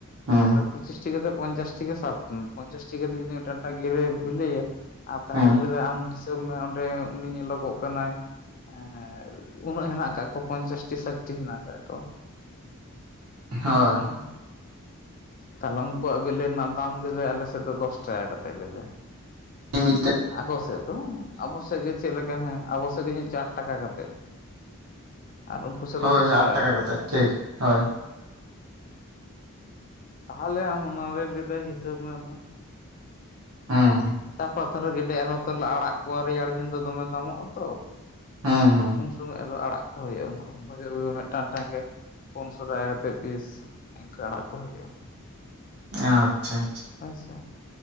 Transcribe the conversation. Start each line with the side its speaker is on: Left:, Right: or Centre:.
Right: ᱦᱩᱸ
Left: ᱾ <inaudible> ᱯᱚᱸᱪᱤᱥᱴᱤ ᱠᱟᱛᱮ ᱯᱚᱧᱪᱟᱥ ᱴᱤ ᱜᱮ ᱥᱟᱵ ᱢᱮ ᱯᱚᱧᱪᱟᱥ ᱴᱤ ᱠᱟᱛᱮ ᱡᱩᱫᱤ ᱢᱤᱫᱴᱟᱝ ᱢᱤᱫᱴᱟᱝ ᱜᱮᱰᱮ ᱵᱮᱞᱮᱭᱟᱭ
Right: ᱦᱩᱸ
Left: ᱛᱟᱦᱞᱮ ᱞᱟᱹᱭ ᱮᱫᱟᱭ ᱟᱢ ᱦᱤᱥᱟᱹᱵᱽ ᱢᱮ ᱚᱸᱰᱮ ᱩᱱᱤ ᱧᱮᱞᱚᱜᱚᱜ ᱠᱟᱱᱟᱭ ᱦᱮᱸ ᱦᱮᱸ ᱩᱱᱟᱹᱜ ᱦᱮᱱᱟᱜ ᱠᱟᱜ ᱠᱚ ᱯᱚᱧᱪᱟᱥᱴᱤ ᱥᱟᱭᱴᱴᱤ ᱦᱮᱱᱟᱜ ᱠᱟᱜ ᱠᱚ ᱾
Right: ᱦᱳᱭ
Left: <inaudible> ᱦᱮᱸ ᱾ ᱛᱟᱦᱚᱞᱮ ᱩᱱᱠᱩᱣᱟᱜ ᱵᱮᱞᱮ ᱨᱮᱱᱟᱜ ᱫᱟᱢ ᱞᱮᱫᱟᱹᱭ ᱟᱞᱮᱥᱮᱫ ᱫᱚ ᱫᱚᱥ ᱴᱟᱠᱟ ᱠᱟᱛᱮᱫ ᱞᱟᱹᱭᱫᱟ ᱾
Right: ᱢᱤᱫᱴᱮ
Left: ᱟᱠᱚ ᱥᱮᱫ ᱫᱚ ᱟᱵᱚ ᱥᱮᱫ ᱜᱮ ᱪᱮᱫ ᱞᱮᱠᱟ ᱦᱮᱸ ᱟᱵᱚ ᱥᱮᱫ ᱜᱮ ᱪᱟᱨ ᱴᱟᱠᱟ ᱠᱟᱛᱮᱫ ᱟᱨ ᱩᱱᱠᱩ ᱥᱮᱫ
Right: ᱦᱳᱭ
Left: ᱫᱚ ᱫᱚᱥ ᱴᱟᱠᱟ
Right: ᱟᱴ
Left: ᱠᱟᱛᱮᱫ᱾
Right: ᱴᱷᱤᱠ ᱦᱳᱭ
Left: ᱛᱟᱦᱞᱮ ᱟᱢ ᱚᱱᱟᱨᱮ ᱞᱟᱹᱭ ᱫᱟᱭ ᱦᱤᱥᱟᱹᱵ ᱢᱮ ᱟᱫᱚ
Right: ᱦᱩᱸ
Left: ᱛᱟᱯᱚᱨ ᱛᱟᱦᱞᱮ ᱜᱮᱰᱮ ᱟᱨᱦᱚᱸ ᱛᱚᱞᱮ ᱟᱲᱟᱜ ᱠᱚᱣᱟ ᱨᱮᱭᱟᱲ ᱫᱤᱱ ᱫᱚ ᱫᱚᱢᱮ ᱫᱟᱢᱚᱜ ᱟᱛᱚ
Right: ᱦᱮᱸ ᱦᱮᱸ
Left: ᱩᱱ ᱥᱚᱢᱚᱭ ᱟᱫᱚ ᱟᱲᱟᱜ ᱠᱚ ᱦᱩᱭᱩᱜ-ᱟ ᱩᱱᱠᱩ ᱵᱷᱟᱜᱮ ᱵᱷᱟᱜᱮ ᱢᱤᱫᱴᱟᱝ ᱴᱟᱝ ᱜᱮ ᱯᱩᱱᱥᱚ ᱴᱟᱠᱟ ᱠᱟᱛᱮᱫ ᱯᱤᱥ᱾ ᱚᱱᱠᱟ ᱟᱲᱟᱜ ᱠᱚ ᱦᱩᱭᱩᱜ-ᱟ
Right: ᱟᱪᱪᱷᱟ ᱟᱪᱪᱷᱟ
Left: ᱦᱳᱭ ᱥᱮ